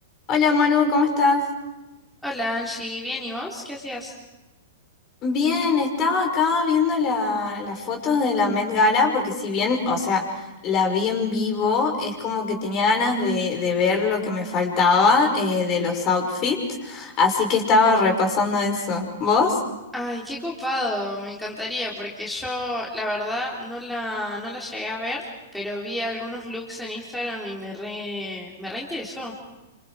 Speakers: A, on the left (about 35°); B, in the centre.
A: Hola Manu, ¿cómo estás?
B: Hola Angie, bien, ¿y vos? ¿Qué hacías?
A: Bien, estaba acá viendo la- las fotos de la Met Gala, porque si bien, o sea, la vi en vivo, es como que tenía ganas de, de ver lo que me faltaba eh, de los outfits, así que estaba repasando eso. ¿Vos?
B: Ay, qué copado, me encantaría porque yo la verdad no la, no la llegué a ver, pero vi algunos looks en Instagram y me re, me reinteresó.